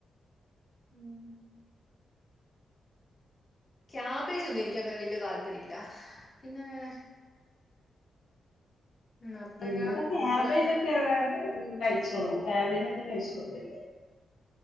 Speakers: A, on the left; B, on the left.
A: ഉം. ക്യാബേജൊന്നും എനിക്കങ്ങനെ വല്ല്യ താല്പര്യമില്ലാ പിന്നെ <inaudible> നത്തങ്ങ
B: ഇവിടെ ക്യാബേജൊക്കെയൊള്ള
A: കുമ്പളങ്ങ
B: കഴിച്ചോളും ക്യാബേജൊക്കെ കഴിച്ചോളും.